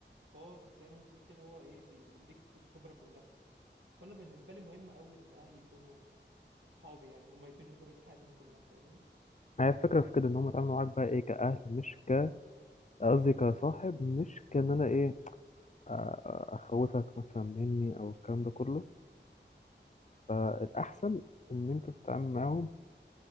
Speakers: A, on the right; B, on the left.
A: فهو زي ما بتقول كده هو ايه بيديك الخبره كلها فانا بالنسبه لي مهم قوي ان اهلي يكونوا اصحابي يعني هم يدوني خبره حياتهم كلها فاهمني
B: هي الفكرة في كده ان هم يتعاملوا معاك بقى ايه كأهل مش ك قصدي كصاحب مش كان انا ايه أ- أ- اخوفك مثلا مني او الكلام ده كله فالاحسن ان انت تتعامل معاهم